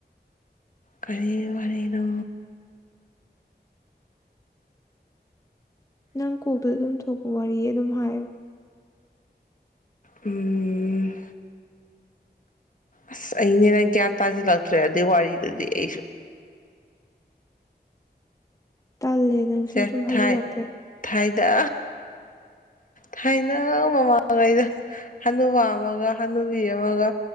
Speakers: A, on the left; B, on the left.
A: ꯀꯔꯤ ꯋꯥꯔꯤꯅꯣ
B: ꯅꯪ ꯀꯣꯛꯇꯨꯗ ꯑꯗꯨꯝ ꯊꯣꯛꯄ ꯋꯥꯔꯤ ꯑꯗꯨꯝ ꯍꯥꯏꯌꯣ
A: ꯎꯝ ꯎꯝ ꯑꯁ ꯑꯩꯅꯦ ꯍꯦꯟꯅ ꯒ꯭ꯌꯥꯟ ꯇꯥꯁꯤꯜꯂꯛꯇ꯭ꯔꯦ ꯑꯗꯨꯏ ꯋꯥꯔꯤꯗꯨꯗꯤ ꯑꯩꯁꯨ
B: ꯇꯜꯂꯦ ꯅꯪ
A: ꯁꯦ
B: ꯁꯨꯝ ꯁꯨꯝ ꯍꯩꯖꯤꯜꯂꯛꯇ꯭ꯔꯦ
A: ꯊꯥꯏ ꯊꯥꯥꯏꯗ ꯊꯥꯏꯅ ꯃꯃꯥꯡꯉꯩꯗ ꯍꯅꯨꯕ ꯑꯃꯒ ꯍꯅꯨꯕꯤ ꯑꯃꯒ